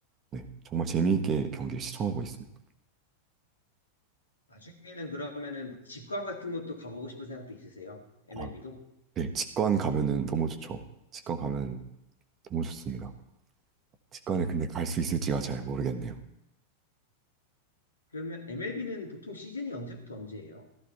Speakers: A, on the right (about 30°); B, on the left (about 75°).
A: 네, 정말 재미있게 경기를 시청하고 있습니다.
B: 나중에는 그러면은 직관 같은 것도 가보고 싶은 생각도 있으세요? MLB도?
A: 아, 네, 직관 가면은 너무 좋죠. 직관 가면 너무 좋습니다. 직관에 근데 갈 수 있을지가 잘 모르겠네요.
B: 그러면 MLB는 보통 시즌이 언제부터 언제예요?